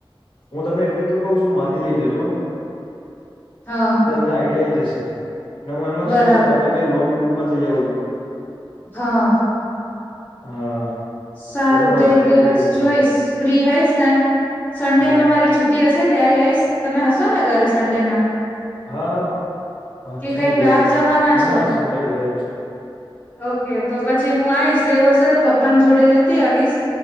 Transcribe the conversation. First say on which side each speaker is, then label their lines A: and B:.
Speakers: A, on the left (about 65°); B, on the left (about 20°).
A: હું તમને એટલે તો કઉ છું મારી લઈ જજો
B: હા
A: લે એમના આઈડિયા આઈ જશે અને હું એમ જ
B: બરાબર
A: કહું છું તમે કઈ લોંગ રૂટમાં જઈ આવ જો
B: હા.
A: હા.
B: સારું
A: તેમને વધારે
B: તો એક દિવસ
A: આઈડિયા આવી
B: જોઈશ
A: જશે
B: ફ્રી હઈશ ને સન્ડે
A: હા
B: ના મારી છુટી હશે ત્યારે આઈશ તમે હશો ને ઘરે સન્ડે ના
A: હા હા
B: કે
A: છું
B: કઈ
A: જ ઘરે
B: બહાર
A: જ છું
B: જવાના
A: ના
B: છો
A: ના સંડે ઘરે જ છે.
B: ઓકે તો પછી હું આવીશ એવું હશે તો પપ્પાની જોડે લેતી આવીશ.